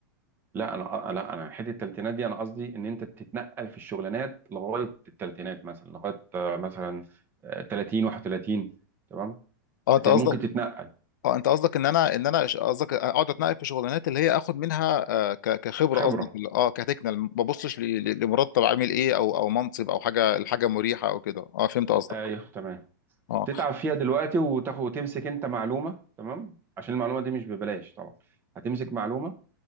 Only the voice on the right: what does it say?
لا انا لا انا حته التلاتينات دي انا قصدي ان انت تتنقل في الشغلانات لغايه التلاتينات مثلا لغايه آه، مثلا آه، 30 31 تمام
بت-
ممكن تتنقل
خبره
ايوه تمام
تتعب فيها دلوقتي وتاخد وتمسك انت معلومه تمام عشان المعلومه دي مش ببلاش طبعا هتمسك معلومه